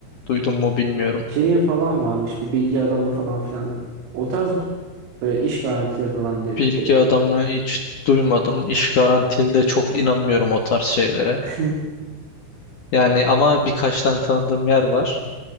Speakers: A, on the left (about 55°); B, on the right (about 85°).
A: Duydun mu bilmiyorum.
B: Şeyin falan varmış bu bilgi adamı falan filan. O tarz mı? Böyle iş garantileri falan diyor
A: Bilgi
B: dedikleri.
A: adamı hiç duymadım. İş garantili de çok inanmıyorum o tarz şeylere.
B: <laughs>
A: Yani ama birkaç tane tanıdığım yer var.